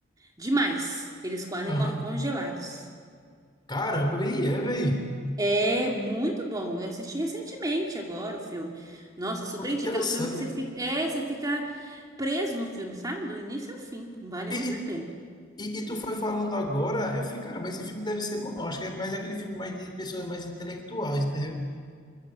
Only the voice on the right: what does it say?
Demais. Eles quase
morrem congelados.
É muito bom. Eu assisti recentemente agora o filme. Nossa, super
indica.
É um filme que você
fica, é, você fica preso no filme, sabe? Do início ao fim. Vale
muito
a pena.